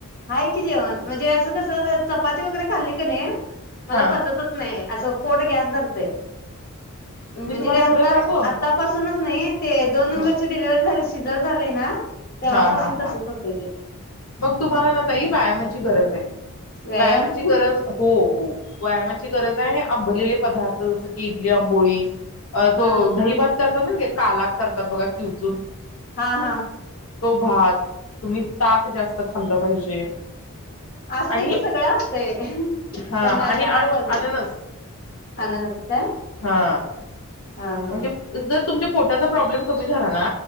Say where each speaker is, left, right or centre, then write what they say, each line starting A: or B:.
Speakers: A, on the left; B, on the left.
A: हाय की जेवण म्हणजे असं कसं चपाती वगैरे खाल्ली का नाही मला
B: हा
A: पचतच नाही असं फोट गॅस धरतय
B: मी
A: म्हणजे
B: तुम्हाला
A: ते आ
B: खरं सांगू?
A: आतापासूनच नाही ते दोन नंबरची
B: हा.
A: डिलव्हरी झाली शिजर झालंय ना तेव्हापासून
B: हा हा हा
A: तसच होतय ते
B: मग तुम्हाला ना ताई व्यायामाची गरज ये
A: व्यायाम
B: व्यायामाची गरम हो हो व्यायामाची गरज आहे ना आंबलेले पदार्थ जस की इडली आंबोळी अ तो
A: हा
B: दहीभात करतात ना काला करतात बघा किवचून
A: हा हा
B: तो भात तुम्ही ताक जास्त खाल्लं पाहिजे.
A: असते
B: आणि
A: कि सगळं असते
B: हा
A: पण
B: आणि
A: काय
B: अन
A: बोल
B: अननस
A: अननस का
B: हा
A: हा हा.
B: म्हणजे जर तुमच्या पोटाचा प्रॉब्लेम कमी झाला ना?